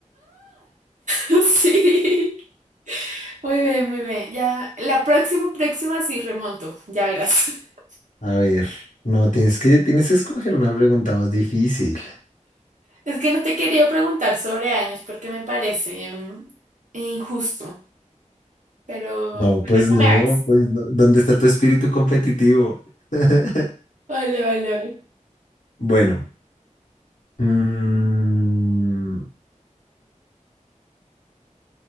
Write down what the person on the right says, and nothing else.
<laughs> Sí. Muy bien, muy bien. Ya, la próxima, próxima sí remonto, ya verás. <laughs>
Es que no te quería preguntar sobre años porque me parece mm, injusto, pero,
pero
no
me hagas.
Vale, vale, vale.